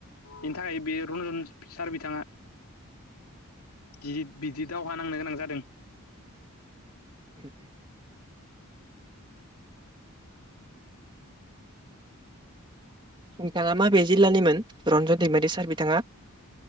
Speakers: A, on the left; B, on the right.
A: इनि थाखाय बियो रन्जन सार बिथाङा दि बिदि दावहा नांनो गोनां जादों।
B: <inaudible> बिथाङा माबे जिल्लानिमोन रन्जन दैमारि सार बिथाङा?